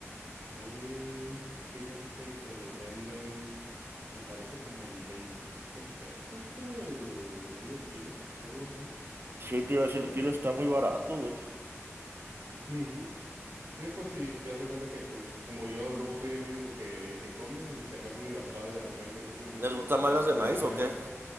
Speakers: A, on the right; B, on the right.
A: Ahí, fíjate que lo venden, me parece como en 20 pesos, creo, el medio kilo o algo así.
B: Sí, te iba a decir,
A: Creo
B: el
A: que
B: kilo
A: sí.
B: está muy barato, güey.
A: Ujú. Sí, pues sí, ya se cuenta que pues como yo luego soy el único que, que come y si acaso mi papá de repente así como
B: ¿Les
A: que,
B: gustan
A: el- como
B: más las
A: que
B: de
A: le
B: maíz
A: dan
B: o
A: ganas,
B: qué?